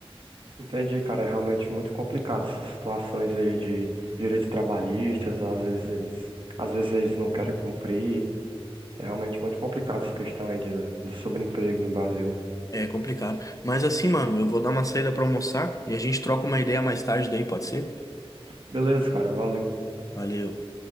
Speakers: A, on the right; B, on the left.
A: Entendi, cara, é realmente muito complicado essas situações aí de direitos trabalhistas, às vezes, eles- às vezes eles não querem cumprir. É realmente muito complicado essa questão aí de, do sobreemprego no Brasil.
B: É complicado. Mas assim, mano, eu vou dar uma saída pra almoçar e a gente troca uma ideia mais tarde daí, pode ser?
A: Beleza, cara, valeu.
B: Valeu.